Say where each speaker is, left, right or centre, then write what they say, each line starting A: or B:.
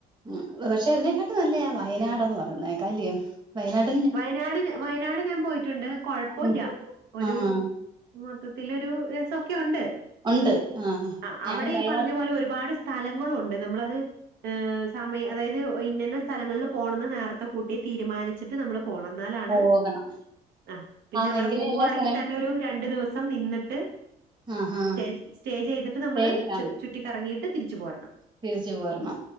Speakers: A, on the right (about 25°); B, on the right (about 80°).
A: ഉം പക്ഷെ അതിനെക്കാട്ടും നല്ലയാ വയനാടന്ന് പറയുന്ന കേൾക്കാം അല്ലയോ വയനാട്
B: വയനാട് വയനാട് ഞാൻ പോയിട്ടുണ്ട് കുഴപ്പോല്ല
A: ഉം
B: ഒരു
A: ആഹ്
B: മൊത്തത്തില് ഒരു രസം ഒക്കെ ഒണ്ട്
A: ഉണ്ട്
B: ആഹ്
A: ഞാനും
B: അവിടെ ഈ
A: വയനാട്ട്
B: പറഞ്ഞ പോലെ ഒരുപാട് സ്ഥലങ്ങള് ഒണ്ട് നമ്മളത് ഏ സമയം അതായത് ഇന്നന്നെ സ്ഥലങ്ങളിൽ പോണന്ന് നേരത്തെ കൂട്ടി തീരുമാനിച്ചിട്ട് നമ്മൾ പോണം എന്നാലാണ്
A: പോകണം
B: ആ പിന്നെ
A: ആന്ന്
B: അവിടെ
A: എങ്കിലേ
B: പോവുവാണെങ്കിൽ
A: എല്ലാ സ്ഥലങ്ങളും
B: തന്നെ ഒരു രണ്ടു ദിവസം നിന്നിട്ട്
A: ആഹാ
B: സ്റ്റേ സ്റ്റേ ചെയ്തിട്ട് നമ്മള്
A: സ്റ്റേ ചെയ്ത് കാണണം
B: ചുറ്റിക്കറങ്ങിയിട്ട് തിരിച്ചു പോരണം
A: തിരിച്ചു പോരണം